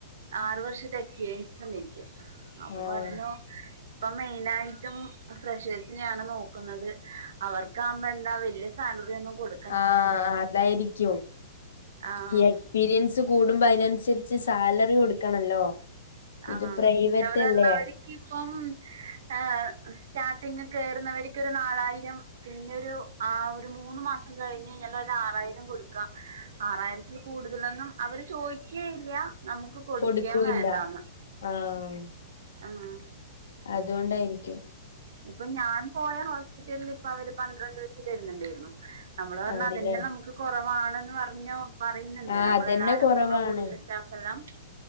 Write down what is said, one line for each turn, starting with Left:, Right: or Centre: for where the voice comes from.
Right: ആറു വർഷത്തെ എക്സ്പീരിയൻസുണ്ടെനിക്ക് അപ്പൊ
Left: ആഹ്
Right: പറഞ്ഞു ഇപ്പൊ മെയിനായിട്ടും ഫ്രഷേഴ്സിനെയാണ് നോക്കുന്നത് അവർക്കവുമ്പോ എ ന്താച്ച വല്ല്യ സാലറി ഒന്നും കൊടുക്ക
Left: ആഹ് അതായിരിക്കും
Right: ആഹ്
Left: യീഎക് സ്പീരിയൻസ് കൂടുമ്പോ അതിനനുസരിച്ച് സാലറി കൊടുക്കണല്ലോ.
Right: ആഹ്
Left: ഇത് പ്രൈവറ്റ്
Right: എവട
Left: അല്ലേ
Right: ഇളെ അവർക്ക് പ്പം ആഹ് സ്റ്റാർട്ടിങ് കേറുന്നവർക്ക് ഒരു നാലായിരം പിന്നെ ഒരു ആഹ് ഒരു മൂന്ന് മാസം കഴിഞ്ഞഴിഞ്ഞാൽ ഒര് ആറായിരം കൊടുക്കാം. ആറായിരത്തിൽ കൂടുതലൊന്നും അവര് ചോയ്ക്കേ ല്യ നമുക്ക് കൊടുക്കുകയും
Left: കൊടുക്കൂ
Right: വേണ്ടാന്ന്
Left: ല്ല ആഹ്
Right: ആഹ്
Left: അതോണ്ടായിരിക്കും.
Right: ഇപ്പം ഞാൻ പോയ ഹോസ്പിറ്റലില് ഇപ്പൊ അവര് പന്ത്രണ്ട് വെച്ച് തരുന്നുണ്ടായിരുന്നു. നമ്മള് പറഞ്ഞ്
Left: ആണ്ല്ലേ
Right: അതെന്നെ നമുക്ക് കൊറവാണെന്ന് പറഞ്ഞു. പറയുന്നുണ്ട്.
Left: ആഹ്
Right: നമ്മളെല്ലാരും
Left: അതന്നെ കൊറവാണ്
Right: നമ്മളെ കൂടിള്ള സ്റ്റാഫ് എല്ലാം